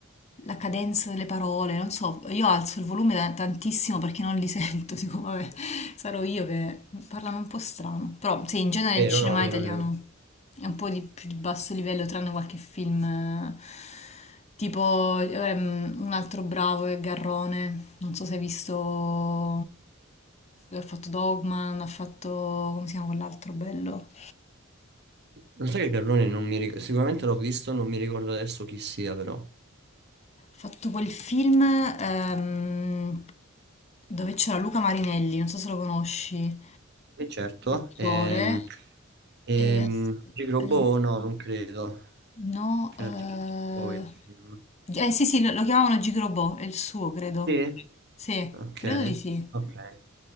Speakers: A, on the left; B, on the right.
A: la cadenza delle parole, non so, io alzo il volume da- tantissimo perché non li sento, <laughs> dico, vabbè, sarò io che parlano un po' strano, però sì, in genere
B: Vero,
A: il cinema
B: no, vero,
A: italiano
B: vero.
A: È un po' di più di basso livello, tranne qualche film eh, tipo ehm, un altro bravo è Garrone. Non so se hai visto. lui Ha fatto Dogman, ha fatto. come si chiama quell'altro bello?
B: Non so che Carlone non mi ricordo, sicuramente l'ho visto, non mi ricordo adesso chi sia però.
A: Ha fatto quel film ehm, dove c'era Luca Marinelli, non so se lo conosci,
B: E certo,
A: l'attore.
B: ehm, ehm,
A: E aspetta.
B: Magic Robot no, non credo
A: No,
B: che
A: eh,
B: era Magic Robot il film.
A: eh, sì, sì, lo, lo chiamavano Gigrobò, è il suo, credo.
B: Sì?
A: Sì,
B: Ok,
A: credo di sì.
B: ok.